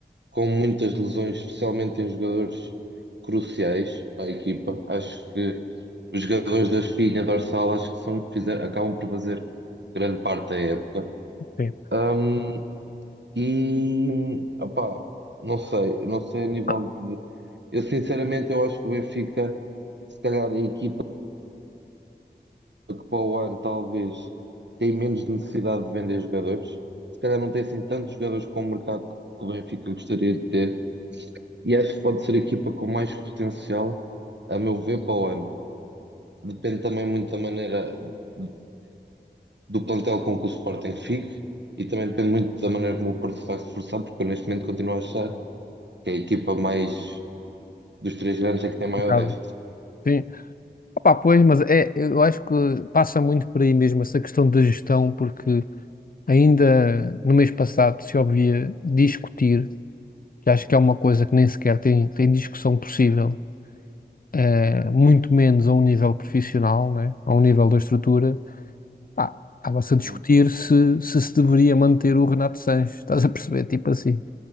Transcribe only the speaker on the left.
Sim.
Ah,
complicado.
Sim. Opá, pois, mas é, eu acho que passa muito por aí mesmo essa questão da gestão, porque ainda no mês passado se ouvia discutir, que acho que é uma coisa que nem sequer tem, tem discussão possível, eh, muito menos a um nível profissional, né? A um nível da estrutura, pá, estava-se a discutir
se, se se deveria manter o Renato Sanches, estás a perceber? Tipo assim,